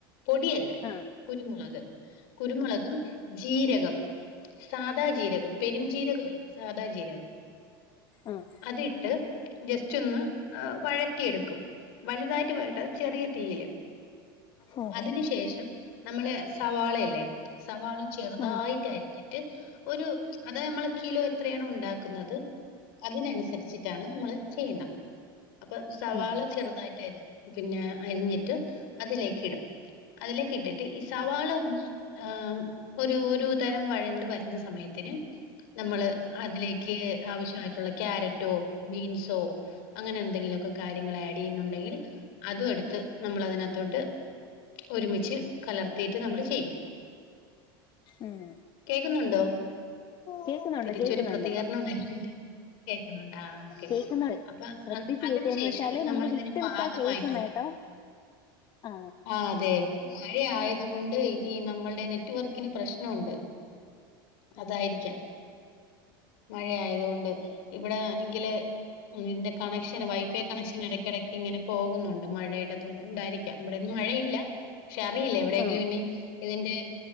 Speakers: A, on the left; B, on the left.
A: പൊടിയല്ല
B: ആ
A: കുരുമുളക് കുരുമുളകും ജീരകം സാദാ ജീരകം പെരുംജീരകല്ല സാദാ ജീരകം
B: ആഹ
A: അതിട്ട് ജസ്റ്റ് ഒന്ന് ഹ് വഴറ്റിയെടുക്കും വലുതായിട്ട് വരട്ട് അത് ചെറിയ തീയില്
B: ഓ
A: അതിനു
B: ഓ ഓ
A: ശേഷം നമ്മള് സവാളയല്ലേ സവാള ചെറുതായിട്ട്
B: ആ
A: അരിഞ്ഞി ഒരു അതായ നമ്മളെ കിലോ എത്രയാണ് ഉണ്ടാക്കുന്നത് അതിനനുസരിച്ചിട്ടാണ് നമ്മള് ചെയ്യുന്നത് അപ്പൊ സവാള്
B: ഉം ഉം
A: ചെറുതായിട്ടരി പിന്നെ അരിഞ്ഞിട്ട് അതിലേക്ക് ഇടും അതിലേക്ക് ഇട്ടിട്ട് ഈ സവാള ഒന്ന് ആഹ ഒരു ഒരു തരം വഴണ്ട വരുന്ന സമയത്തിന് നമ്മള് അതിലേക്ക് ആവശ്യമായിട്ടുള്ള ക്യാരറ്റോ ബീൻസോ അങ്ങനെ എന്തെങ്കിലുമൊക്കെ കാര്യങ്ങള് ആഡ്യ്യുന്നുണ്ടെങ്കിൽ അതും എടുത്ത് നമ്മള് അതിനകത്തോട്ട് ഒരുമിച്ച് കലർത്തിയിട്ട് നമ്മള് ചെയ്യും
B: ഉം
A: കേക്കുന്നുണ്ടോ
B: കേക്കുന്നുണ്ട്
A: തിരിച്ചൊരു
B: കേക്കുന്നുണ്ട്
A: പ്രതികരണം വരുന്നില്ല കേൾക്കുന്നുണ്ട്ആ ഓക്കെ
B: കേക്കുന്നുണ്ട്
A: അപ്പൊ
B: ശ്രദ്ധിച്ച്
A: അതിനു
B: കേൾക്കുവ എന്ന്
A: ശേഷം
B: വെച്ചാല്
A: നമ്മള്
B: നമുക്ക്
A: ഇതിന്
B: വിട്ട്
A: പാകമായിട്ടുള്ള
B: വിട്ടാ കേൾക്കുന്ന കേട്ടോ ആ
A: ആഹ അതെ ഈ മഴ ആയത കൊണ്ട് ഈ നമ്മളുടെ നെറ്റ്വർക്കിന് പ്രശ്നുണ്ട് അതായിരിക്കാം
B: ആ
A: മഴയായതുകൊണ്ട് ഇവിടെ ആണെങ്കില് ഇതിൻ്റെ കണക്ഷന് വൈഫൈ കണക്ഷൻ ഇടക്കിടയ്ക്ക് ഇങ്ങനെ പോകുന്നുണ്ട് മഴയുടെത് ഉണ്ടായിരിക്കാം ഇവിടെൊന്നും മഴയില്ല പക്ഷെ അറിയില്ല എവിടെയെങ്കിലും
B: ആ
A: ഇനി ഇതിൻ്റെ